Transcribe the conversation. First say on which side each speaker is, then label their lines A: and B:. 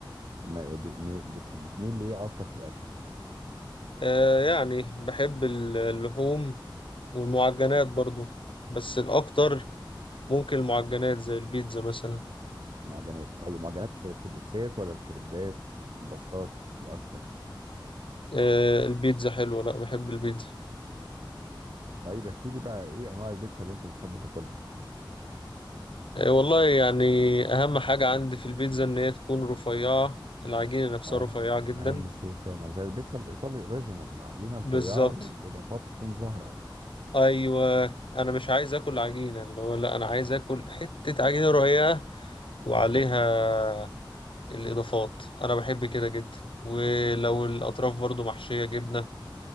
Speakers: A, on the right; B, on the left.
A: ما ب- م- بتحب بتميل لايه اكتر في الاكل
B: آه يعني بحب ال- اللحوم والمعجنات برضو بس الاكتر ممكن المعجنات زي البيتزا مثلا
A: معجنات طيب معجنات في, في البيتزات ولا الكريبات الباستات الاكتر
B: آه البيتزا حلوة لا بحب البيتزا
A: طيب احكي لي بقى ايه انواع البيتزا اللي انت بتحب تاكلها
B: آه والله يعني اهم حاجة عندي في البيتزا ان هي تكون رفيعة العجينة نفسها
A: اه
B: رفيعة جدا
A: اهم شيء فعلا زي البيتزا الايطالي الاوريجينال العجينه رفيعه
B: بالظبط
A: والاضافات تكون زهره
B: ايوه انا مش عايز اكل عجينه اللي هو لا انا عايز اكل حته عجينه رقيقه وعليها
A: بالظبط
B: الاضافات انا بحب كده جدا ولو الاطراف برضو محشيه جبنه